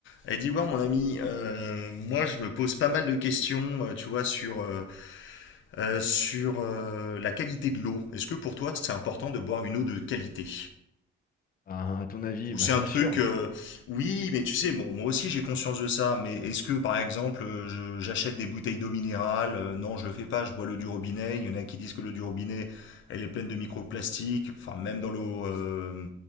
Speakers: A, on the left (about 75°); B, on the left (about 45°).
A: Elle dit ouais mon ami, euh, moi je me pose pas mal de questions, euh, tu vois, sur, euh, euh, sur euh, la qualité de l'eau. Est-ce que pour toi c'est important de boire une eau de qualité?
B: Bah, à ton avis,
A: Ou
B: bah,
A: c'est
B: bien
A: un truc,
B: sûr.
A: euh, oui, mais tu sais, bon, moi aussi j'ai conscience de ça, mais est-ce que par exemple euh, je- j'achète des bouteilles d'eau minérale? Euh, non, je le fais pas, je bois l'eau du robinet. Il y en a qui disent que l'eau du robinet, elle est pleine de microplastiques, enfin même dans l'eau, euh,